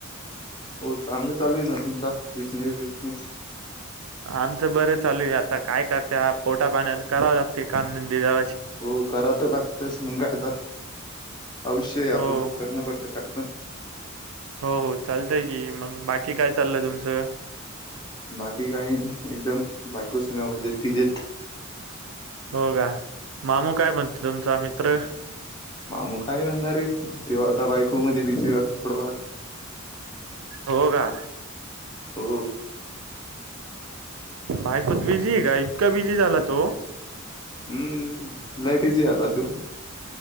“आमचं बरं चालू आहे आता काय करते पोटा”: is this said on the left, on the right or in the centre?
Right